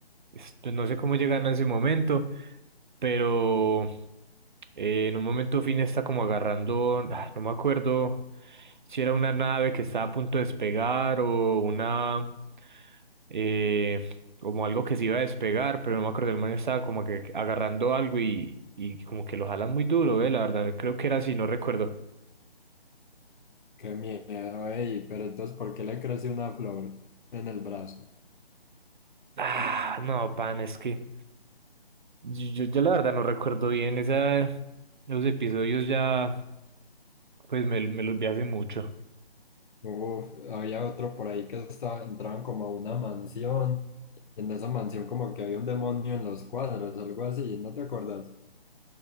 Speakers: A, on the right; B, on the left.
A: es- pues no sé cómo llegan a ese momento, pero eh, en un momento Finn está como agarrando, ah, no me acuerdo si era una nave que estaba a punto de despegar o una, eh, como algo que se iba a despegar, pero no me acuerdo, el man estaba como que agarrando algo y, y como que lo jalan muy duro, eh, la verdad, creo que era así, no recuerdo.
B: Qué miedo, ey. Pero entonces, ¿por qué le creció una flor en el brazo?
A: Ah, no, pan, es que... Yo, yo la verdad no recuerdo bien esa, los episodios ya, pues me, me los vi hace mucho.
B: Uf, había otro por ahí que estaba, entraban como a una mansión. En esa mansión como que había un demonio en los cuadros, algo así, ¿no te acuerdas?